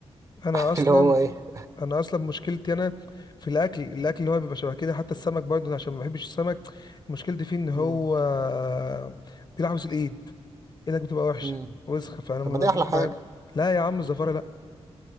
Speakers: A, on the left; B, on the right.
A: انا
B: <laughs>
A: اصلا
B: اللي هو ايه
A: انا اصلا مشكلتي انا في الاكل الاكل اللي هو بيبقى شبه كده حتى السمك برضه أنا عشان ما بحبش السمك مشكلتي فيه ان هو
B: مم،
A: آه، بيلعبس الايد ايدك بتبقى وحشه
B: مم.
A: وسخه فانا
B: طب
A: ما
B: ما دي
A: بجيش
B: احلى حاجة
A: معاه لا يا عم الزفاره لا